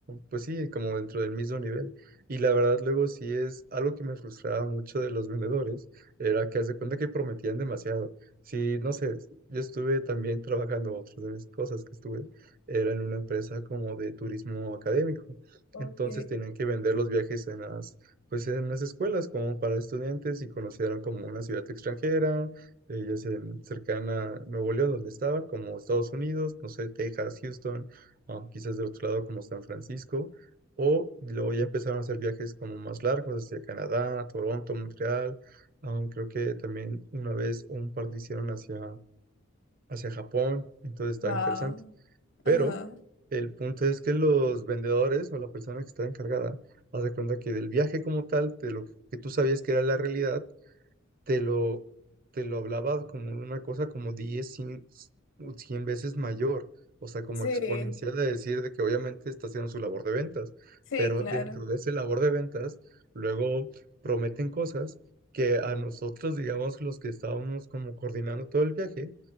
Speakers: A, on the right (about 45°); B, on the left (about 75°).
A: Pues sí, como dentro del mismo nivel. Y la verdad, luego sí es algo que me frustraba mucho de los vendedores, era que haz de cuenta que prometían demasiado. Sí, no sé, yo estuve también trabajando otras de mis cosas que estuve era en una empresa como de turismo académico.
B: Ok.
A: Entonces tenían que vender los viajes en las, pues en las escuelas como para estudiantes y conocieron como una ciudad extranjera, eh, ya sea en- cercana a Nuevo León, donde estaba, como Estados Unidos, no sé, Texas, Houston, ah, quizás del otro lado como San Francisco. O luego ya empezaron a hacer viajes como más largos hacia Canadá, Toronto, Montreal. ah, creo que también una vez un par de hicieron hacia, hacia Japón, entonces estaba
B: Wow.
A: interesante. Pero
B: Ajá.
A: el punto es que los vendedores o la persona que está encargada, haz de cuenta que del viaje como tal, de lo que tú sabías que era la realidad, te lo, te lo hablaba como una cosa como 10 100 100 veces mayor, o sea, como
B: Sí,
A: exponencial de decir de que obviamente está haciendo su labor de ventas,
B: sí,
A: pero
B: claro.
A: dentro de esa labor de ventas, luego prometen cosas que a nosotros, digamos, los que estábamos como coordinando todo el viaje,